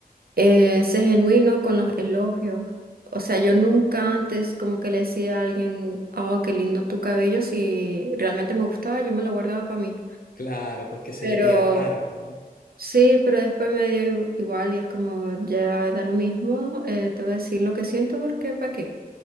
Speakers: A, on the right; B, on the left.
A: Eh, sé genuino con los elogios. O sea, yo nunca antes como que le decía a alguien, oh, qué lindo tu cabello, si realmente me gustaba, yo me lo guardaba para mí.
B: Claro, porque se
A: Pero
B: vería raro, ¿no?
A: Sí, pero después me dio i- igual y es como, ya da lo mismo, eh, te voy a decir lo que siento porque ¿para qué?